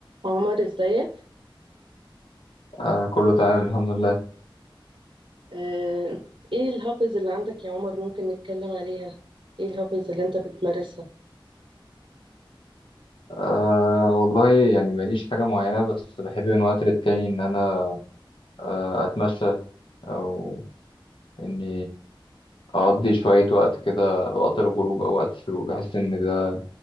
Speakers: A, on the right; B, on the left.
A: عمر ازيك
B: آه كله تمام الحمد لله
A: آه، ايه الهابز اللي عندك يا عمر ممكن نتكلم عليها ايه الهابز اللي انت بتمارسها
B: آه والله يعني ماليش حاجة معينة بس بحب من وقت للتاني إن أنا آه أتمشى أو إني أقضي شوية وقت كده وقت الغروب أو وقت الشروق بحس إن ده